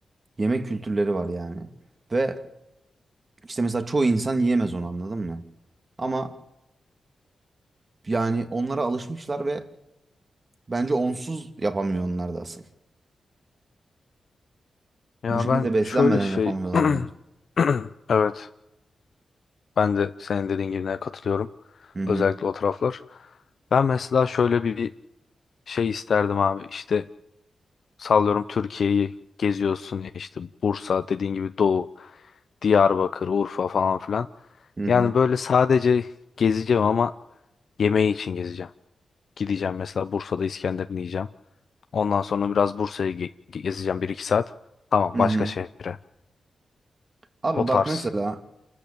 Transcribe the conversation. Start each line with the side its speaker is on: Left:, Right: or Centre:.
Right: yemek kültürleri var yani. Ve işte mesela çoğu insan yiyemez onu anladın mı? Ama yani onlara alışmışlar ve bence onsuz yapamıyor onlar da asıl.
Left: Ya
Right: Bu şekilde
Left: ben
Right: beslenmeden
Left: şöyle şey
Right: yapamıyorlar bence.
Left: <clears throat> evet ben de senin dediğin gibi katılıyorum.
Right: Hı hı.
Left: Özellikle o taraflar. Ben mesela şöyle bir Şey isterdim abi işte sallıyorum Türkiye'yi geziyorsun ya işte Bursa dediğin gibi Doğu, Diyarbakır, Urfa falan filan.
Right: Hı hı.
Left: Yani böyle sadece gezeceğim ama yemeği için gezeceğim. Gideceğim mesela Bursa'da İskender'ini yiyeceğim. Ondan sonra biraz Bursa'yı ge- ge- gezeceğim bir iki saat. Tamam
Right: Hı
Left: başka
Right: hı.
Left: şehre.
Right: Abi
Left: O tarz.
Right: bak mesela